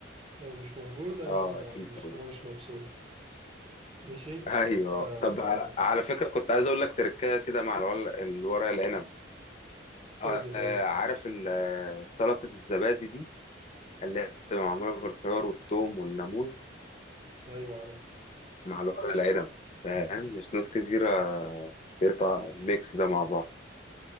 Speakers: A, on the right; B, on the left.
A: لو مش موجود انا
B: آه أكيد
A: مش
B: طبعا
A: انا مش مبسوط ماشي
B: أيوه
A: آه
B: طب على, على فكرة كنت عايز أقول لك تركاية كده مع الورق الورق العنب آه
A: قول لي طيب
B: آه، عارف ال- آه، سلطة الزبادي دي اللي هي بتبقى معمولة بالخيار والثوم والليمون
A: ايوه عارف
B: مع الورق العنب فاهم مش ناس كتيرة تقطع الميكس ده مع بعض